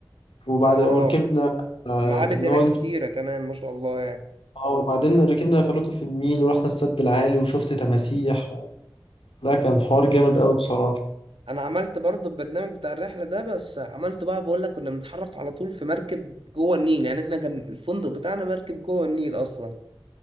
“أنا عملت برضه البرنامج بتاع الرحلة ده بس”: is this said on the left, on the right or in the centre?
Right